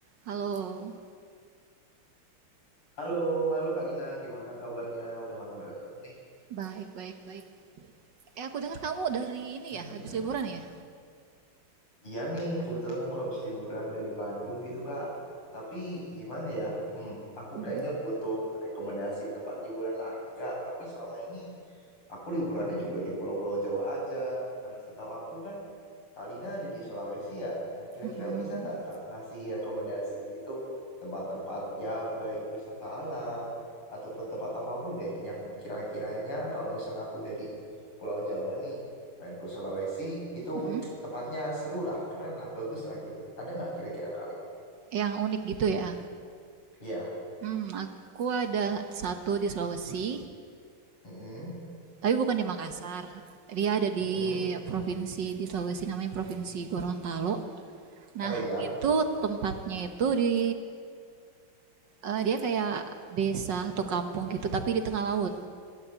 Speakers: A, on the right; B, on the left.
A: Halo,
B: Halo, halo Kalina, gimana kabarnya? Udah lama nggak ketemu
A: baik baik baik. Eh, aku dengar kamu dari ini
B: nih.
A: ya, habis liburan ya?
B: Iya nih, kebetulan aku habis liburan dari Bandung gitu, Kak. Tapi gimana ya? Hmm, aku
A: Mhm,
B: kayaknya butuh rekomendasi tempat liburan lagi, Kak. Tapi selama ini aku liburannya juga di pulau-pulau Jawa aja. Nah, setahu aku kan Kalina ada di Sulawesi ya. Nah, kira-kira
A: mhm,
B: bisa nggak, Kak, ngasih rekomendasi gitu tempat-tempat ya baik wisata alam ataupun tempat apapun deh yang kira-kiranya kalau misalnya aku dari Pulau Jawa nih main ke Sulawesi itu
A: mhm.
B: Tempatnya seru lah, keren lah, bagus lah gitu. Ada nggak kira-kira kali ini?
A: Yang unik gitu ya.
B: Iya.
A: Hmm, aku ada satu di Sulawesi,
B: Mm-mm.
A: tapi bukan di Makassar. Dia ada di
B: Mm-mm.
A: provinsi di Sulawesi namanya Provinsi Gorontalo. Nah,
B: Oh iya.
A: Oh iya. itu tempatnya itu di eh, dia kayak desa atau kampung gitu, tapi di tengah laut.